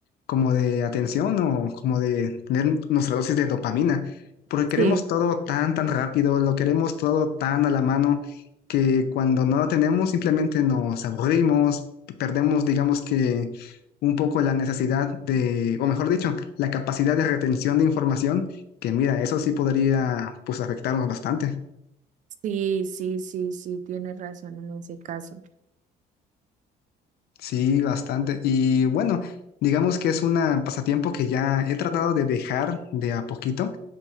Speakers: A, on the left (about 70°); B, on the right (about 50°).
A: como de atención o como de tener nuestra dosis de dopamina. Porque queremos
B: sí,
A: todo tan, tan rápido, lo queremos todo tan a la mano que cuando no lo tenemos simplemente nos aburrimos, perdemos, digamos que un poco la necesidad de, o mejor dicho, la capacidad de retención de información, que mira, eso sí podría pues afectarnos bastante.
B: sí, sí, sí, sí, tienes razón en ese caso.
A: Sí, bastante. Y bueno, digamos que es un pasatiempo que ya he tratado de dejar de a poquito